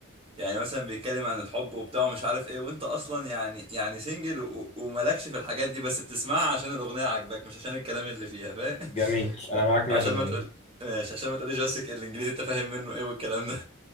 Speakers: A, on the right; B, on the left.
A: يعني مثلا بيتكلم عن الحب وبتاع ومش عارف ايه وانت اصلا يعني يعني سنجل و- وملكش في الحاجات دي بس بتسمعها عشان الاغنيه عاجباك مش عشان الكلام اللي فيها فاهم
B: جميل
A: <laughs> ف-
B: أنا معاك
A: فعشان
B: 100%
A: ما تقول ماشي عشان ما تقوليش بس الانجليزي انت فاهم منه ايه والكلام ده